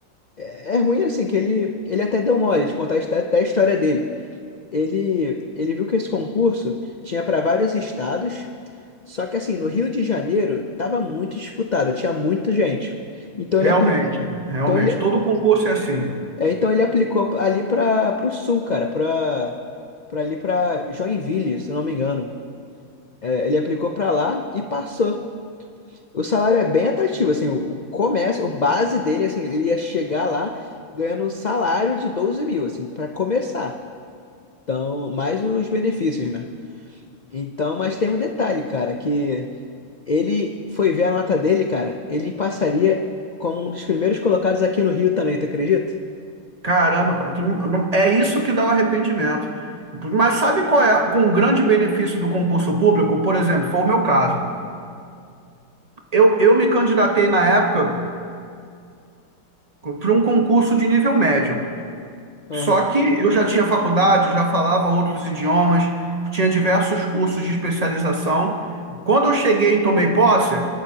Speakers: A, on the left; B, on the right.
A: É é ruim assim, que ele, ele até deu mole de contar a histó- até a história dele. Ele, ele viu que esse concurso tinha para vários estados, só que assim, no Rio de Janeiro tava muito disputado, tinha muita gente. Então ele
B: Realmente,
A: aplicou,
B: realmente.
A: então ele,
B: Todo concurso é assim.
A: é, então ele aplicou ali para o sul, cara, para para ali para Joinville, se não me engano. É, ele aplicou para lá e passou. O salário é bem atrativo, assim, o o começo, o base dele, assim, ele ia chegar lá ganhando um salário de 12 mil, assim, para começar. Então, mais os benefícios, né? Então, mas tem um detalhe, cara, que ele foi ver a nota dele, cara, ele passaria como um dos primeiros colocados aqui no Rio também, tu acredita?
B: Caramba, é isso que dá o arrependimento. Mas sabe qual é um grande benefício do concurso público? Por exemplo, foi o meu caso. Eu, eu me candidatei na época para um concurso de nível médio.
A: Aham.
B: Só que eu já tinha faculdade, eu já falava outros idiomas, tinha diversos cursos de especialização. Quando eu cheguei e tomei posse,